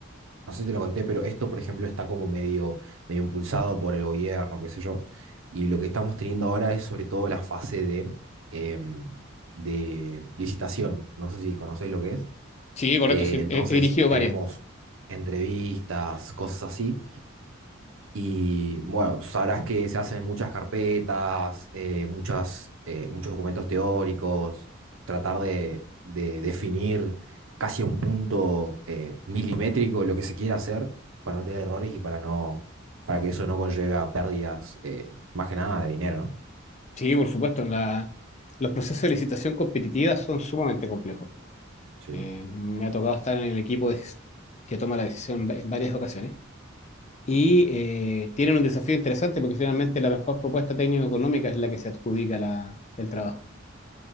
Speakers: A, on the right; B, on the left.
A: no sé si te lo conté, pero esto, por ejemplo, está como medio, medio impulsado por el gobierno, qué sé yo. Y lo que estamos teniendo ahora es sobre todo la fase de, em, de licitación. No sé si conocéis lo que es.
B: Sí, correcto,
A: Eh,
B: sí,
A: entonces,
B: he, he dirigido
A: tenemos
B: varias.
A: entrevistas, cosas así, y bueno, sabrás que se hacen muchas carpetas, eh, muchas, eh, muchos documentos teóricos, tratar de, de definir casi a un punto eh, milimétrico lo que se quiere hacer para no tener errores y para no, para que eso no conlleve a pérdidas, eh, más que nada de dinero, ¿no?
B: Sí, por supuesto, en la- los procesos de licitación competitiva son sumamente complejos.
A: Sí,
B: Eh, me ha tocado estar en el equipo de- que toma la decisión en va- en varias ocasiones. Y eh, tienen un desafío interesante porque finalmente la mejor propuesta técnico-económica es la que se adjudica la- el trabajo.